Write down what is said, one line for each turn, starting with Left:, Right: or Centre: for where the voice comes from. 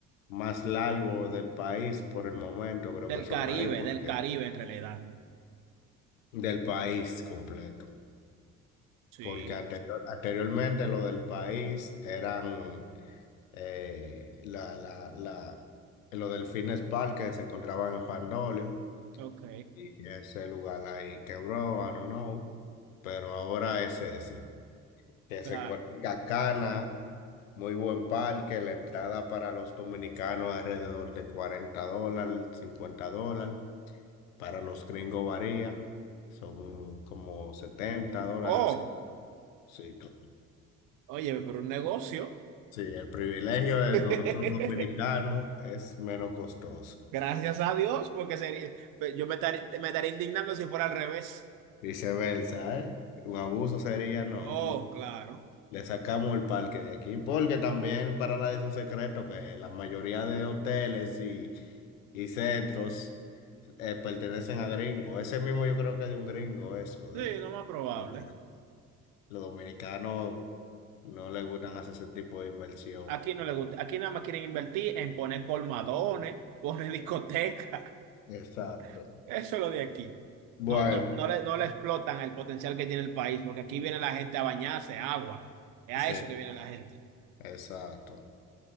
Left: más largos del país por el momento, creo
Right: Del
Left: que son
Right: Caribe,
Left: ahí porque
Right: del Caribe en realidad.
Left: del país completo,
Right: Sí,
Left: porque anterior- anteriormente lo del país eran eh, la, la, la, los delfines park que se encontraban en Juan Dolio
Right: ok,
Left: y ese lugar ahí quebró, I don't know, pero ahora es ese, que
Right: claro.
Left: se encuentra en Cacana Muy buen parque, la entrada para los dominicanos alrededor de 40 dólares, 50 dólares, para los gringos varía, son como setenta dólares.
Right: Oh,
Left: Sí, sí, claro.
Right: oye, pero un negocio.
Left: Sí, el privilegio de
Right: <laughs>
Left: nosotros los dominicanos es menos costoso.
Right: Gracias a Dios, porque sería, yo me estaría, me estaría indignando si fuera al revés.
Left: Viceversa, ¿eh? Un abuso sería, no,
Right: Oh, claro.
Left: le sacamos el parque de aquí, porque también para nadie es un secreto que la mayoría de hoteles y y centros eh, pertenecen a gringos. Ese mismo yo creo que es de un gringo, eso.
Right: Sí,
Left: de- de-
Right: lo más probable.
Left: de- los dominicanos no les gustan hacer ese tipo de inversión.
Right: Aquí no le gusta. Aquí nada más quieren invertir en poner colmadones, poner discotecas.
Left: Exacto.
Right: <laughs> Eso es lo de aquí.
Left: Bueno,
Right: No, no, no le, no le explotan el potencial que tiene el país, porque aquí viene la gente a bañarse, agua. Es a
Left: sí,
Right: eso que viene la gente.
Left: exacto.